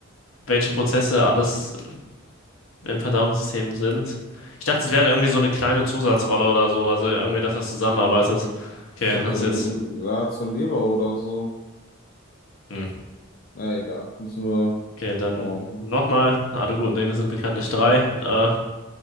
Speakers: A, on the left; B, on the left.
A: welche Prozesse alles im Verdauungssystem sind. Ich dachte, es wäre halt irgendwie so eine kleine Zusatzrolle oder so. Also irgendwie, dass das zusammenarbeitet. Okay,
B: Ich dachte,
A: das
B: äh,
A: ist jetzt.
B: ja, zur Leber oder so.
A: Hm.
B: Na egal, müssen wir
A: Okay, dann
B: nochmal machen.
A: nochmal. Alle guten Dinge sind bekanntlich drei. Äh,